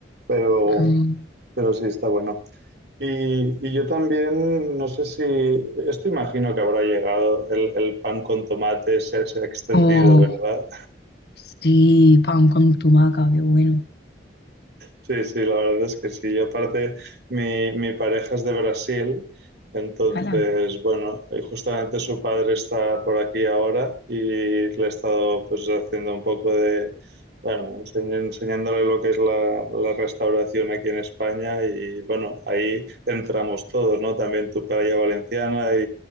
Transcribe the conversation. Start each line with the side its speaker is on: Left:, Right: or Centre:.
Right: pero,
Left: Mm,
Right: pero sí está bueno. Y, y yo también, no sé si, esto imagino que habrá llegado el, el pan con tomate, se ha extendido,
Left: O...
Right: ¿verdad?
Left: Sí, pan con tumaca, qué bueno.
Right: Sí, sí, la verdad es que sí. Y aparte, mi, mi pareja es de Brasil, entonces,
Left: Hala,
Right: bueno, y justamente su padre está por aquí ahora y le he estado pues haciendo un poco de, bueno, enseñ- enseñándole lo que es la, la restauración aquí en España y bueno, ahí entramos todos, ¿no? También tu paella valenciana y,